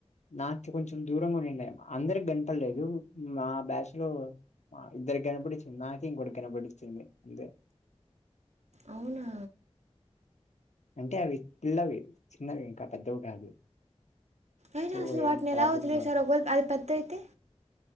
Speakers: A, on the left (about 85°); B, on the right (about 75°).
A: నాక కొంచెం దూరంగా నింండయి అందరికి గనపడలేదు మా బాచ్లో మా ఇద్దరికి కనపడిచ్చింది నాకే ఇంకోొటి కనపడిచ్చింది అందే
B: అవునా
A: అంటే అవి పిల్లవి చిన్నవి ఇంకా పెద్దవి కాదు
B: అయినా
A: సో
B: అసలు
A: ఏం
B: వాటిని ఎలా
A: ప్రాబ్లం
B: తె లేసార
A: లేదు
B: అది ప థతే